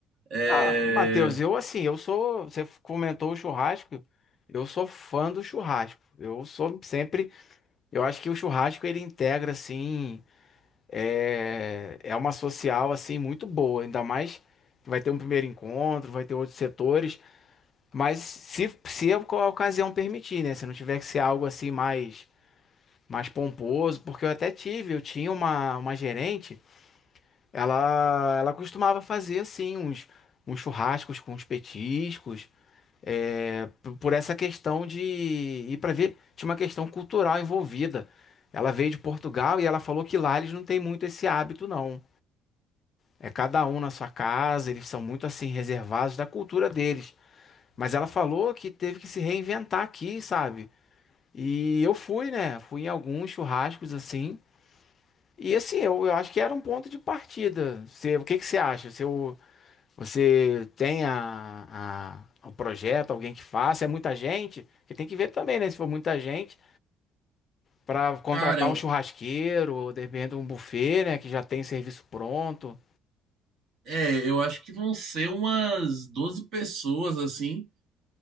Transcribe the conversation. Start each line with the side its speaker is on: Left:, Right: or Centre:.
Right: É,
Left: Ah, Matheus, eu assim, eu sou. Você comentou o churrasco. Eu sou fã do churrasco. Eu sou sempre. Eu acho que o churrasco ele integra assim, é, é uma social assim muito boa, ainda mais que vai ter um primeiro encontro, vai ter outros setores, mas se, se a oca- a ocasião permitir, né? Se não tiver que ser algo assim mais mais pomposo, porque eu até tive, eu tinha uma, uma gerente, ela ela costumava fazer assim uns uns churrascos com uns petiscos, é, p- por essa questão de ir para ver, tinha uma questão cultural envolvida. Ela veio de Portugal e ela falou que lá eles não têm muito esse hábito, não. É cada um na sua casa, eles são muito assim reservados da cultura deles. Mas ela falou que teve que se reinventar aqui, sabe? E eu fui, né? Fui em alguns churrascos assim. E assim, eu, eu acho que era um ponto de partida. Você, o que que você acha? Você, você tem a, a- o projeto, alguém que faça, é muita gente, que tem que ver também, né? Se for muita gente, para contratar
Right: Cara, eu,
Left: um churrasqueiro, ou de repente um buffet, né? Que já tem serviço pronto.
Right: É, eu acho que vão ser umas 12 pessoas, assim.